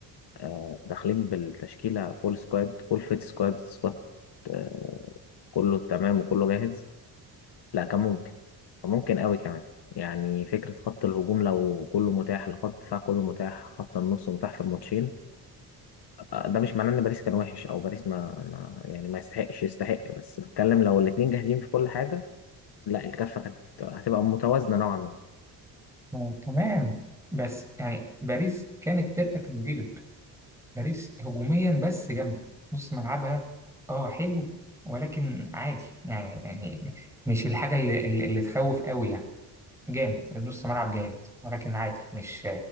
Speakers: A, on the left; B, in the centre.
A: آه، داخلين بالتشكيلة فول سكواد فول فيت سكواد سكواد آه، كله تمام وكله جاهز لا كان ممكن كان ممكن قوي كمان يعني فكرة خط الهجوم لو كله متاح لو خط الدفاع كله متاح خط النص متاح في الماتشين آه، ده مش معناه ان باريس كان وحش او باريس ما, ما يعني ما يستحقش يستحق بس بتكلم لو الاتنين جاهزين في كل حاجة لا الكفة كانت هتبقى متوازنة نوعا ما
B: آه، تمام بس يعني باريس كانت فرقة تتغلب باريس هجوميا بس جامدة نص ملعبها اه حلو ولكن عادي يعني يعني مش الحاجة اللي, اللي اللي تخوف قوي يعني جامد نص ملعب جامد ولكن عادي مش